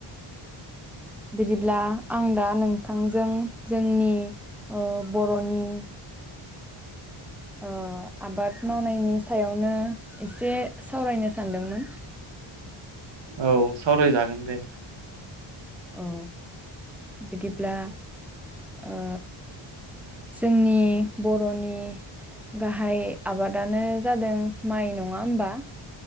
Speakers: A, in the centre; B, on the right.
A: बिदिब्ला आं दा नोंथांजों जोंनि ओ बर'नि ओ आबाद मावनायनि सायावनो एसे सावरायनो सानदोंमोन
B: औ सावरायजागोन दे
A: औ बिदिब्ला ओ जोंनि बर'नि गाहाय आबादानो जादों माइ नङा ओमबा